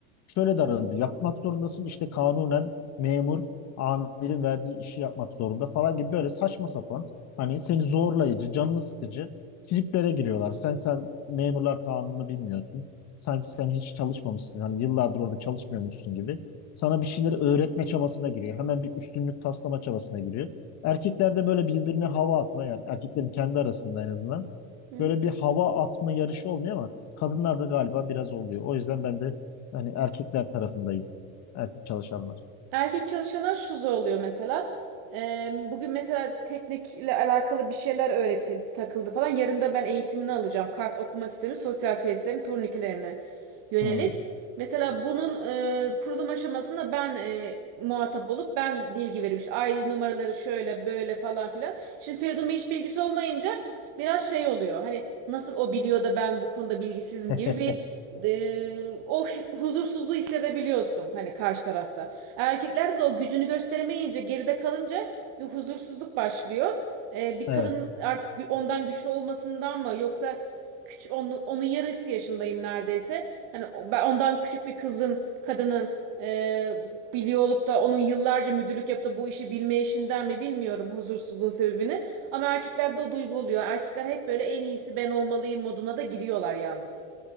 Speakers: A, on the left; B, on the right.
A: şöyle davranıyor. Yapmak zorundasın işte kanunen memur amirin verdiği işi yapmak zorunda falan gibi böyle saçma sapan hani seni zorlayıcı, canını sıkıcı triplere giriyorlar. Sen sen memurlar kanunu bilmiyorsun. Sanki sen hiç çalışmamışsın. Hani yıllardır orada çalışmıyormuşsun gibi. Sana bir şeyleri öğretme çabasına giriyor. Hemen bir üstünlük taslama çabasına giriyor. Erkeklerde böyle birbirine hava atma yani erkeklerin kendi arasında en azından
B: Hı hı.
A: böyle bir hava atma yarışı olmuyor ama kadınlarda galiba biraz oluyor. O yüzden ben de hani erkekler tarafındayım. Erkek çalışanlar.
B: Erkek çalışanlar şu zorluyor mesela. Ee, bugün mesela teknikle alakalı bir şeyler öğretildi, takıldı falan. Yarın da ben eğitimini alacağım. Kart okuma sistemi sosyal tesislerin turnikelerine yönelik.
A: Hmm.
B: Mesela bunun e, kurulum aşamasında ben e, muhatap olup ben bilgi veriyorum. İşte ID numaraları şöyle böyle falan filan. Şimdi Feridun Bey hiç bilgisi olmayınca biraz şey oluyor. Hani nasıl o biliyor da ben bu konuda bilgisizim
A: <laughs>
B: gibi bir e, o hi- huzursuzluğu hissedebiliyorsun hani karşı tarafta. Erkeklerde de o gücünü gösteremeyince, geride kalınca bir huzursuzluk başlıyor. Ee, bir
A: Evet.
B: kadın artık gü- ondan güçlü olmasından mı yoksa küçük onun, onun yarısı yaşındayım neredeyse. Hani o- ben ondan küçük bir kızın, kadının e, biliyor olup da onun yıllarca müdürlük yapıp da bu işi bilme işinden mi bilmiyorum huzursuzluğun sebebini. Ama erkeklerde o duygu oluyor. Erkekler hep böyle en iyisi ben olmalıyım moduna da giriyorlar yalnız.